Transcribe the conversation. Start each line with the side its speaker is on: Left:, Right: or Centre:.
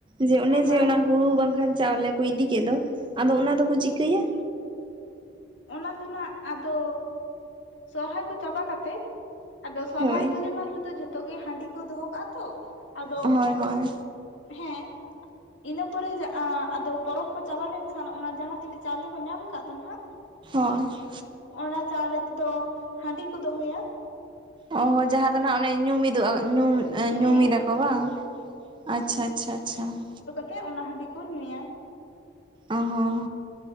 Right: ᱡᱮ ᱚᱱᱮ
Left: ᱦᱮᱸ ᱢᱟ
Right: ᱡᱮ ᱚᱱᱟ ᱦᱩᱲᱩ ᱵᱟᱝᱠᱷᱟᱱ ᱪᱟᱣᱞᱮ ᱠᱚᱭ ᱤᱫᱤᱠᱮᱜ ᱫᱚ ᱟᱫᱚ ᱚᱱᱟ ᱫᱚᱠᱚ ᱪᱤᱠᱟᱹᱭᱟ?
Left: ᱚᱱᱟ ᱫᱚ ᱱᱟᱦᱟᱜ ᱟᱫᱚ ᱥᱚᱨᱦᱟᱭ ᱠᱚ ᱪᱟᱵᱟ ᱠᱟᱛᱮ ᱟᱫᱚ ᱥᱚᱨᱦᱟᱭ
Right: ᱦᱳᱭ
Left: ᱜᱩᱞᱤᱢᱟᱞ ᱨᱮᱫᱚ ᱡᱷᱚᱛᱚ ᱜᱮ ᱦᱟᱸᱰᱤ ᱠᱚ ᱫᱚᱦᱚ ᱠᱟᱜ-ᱟ ᱛᱚ ᱟᱫᱚ
Right: ᱦᱳᱭ ᱦᱳᱭ
Left: ᱦᱮᱸ ᱾ ᱤᱱᱟᱹ ᱯᱚᱨᱮ ᱟ ᱟᱫᱚ ᱯᱚᱨᱚᱯ ᱠᱚ ᱪᱟᱵᱟ ᱞᱮᱱᱠᱷᱟᱱ ᱚᱱᱟ ᱡᱟᱦᱟᱸ ᱛᱤᱱᱟᱹᱜ ᱪᱟᱣᱞᱮ ᱠᱚ ᱧᱟᱢ ᱟᱠᱟᱫ ᱫᱚ ᱱᱟᱦᱟᱜ
Right: ᱦᱳᱭ ᱾
Left: ᱚᱱᱟ ᱪᱟᱣᱞᱮ ᱛᱮᱫᱚ ᱦᱟᱸᱰᱤ ᱠᱚ ᱫᱚᱦᱚᱭᱟ ᱾
Right: ᱚᱸ ᱦᱚᱸ ᱡᱟᱦᱟᱸ ᱫᱚ ᱱᱟᱦᱟᱜ ᱚᱱᱮ ᱧᱩᱢ ᱢᱤᱫᱚᱜ-ᱟ ᱧᱩᱢ
Left: ᱦᱮᱸ
Right: ᱧᱩ ᱢᱤᱫᱟᱠᱚ ᱵᱟᱝ ᱟᱪᱷᱟ ᱟᱪᱷᱟ ᱟᱪᱷᱟ ᱾
Left: ᱛᱮ ᱚᱱᱟ ᱦᱟᱺᱰᱤ ᱠᱚ ᱧᱩᱭᱟ ᱾
Right: ᱚᱸ ᱦᱚᱸ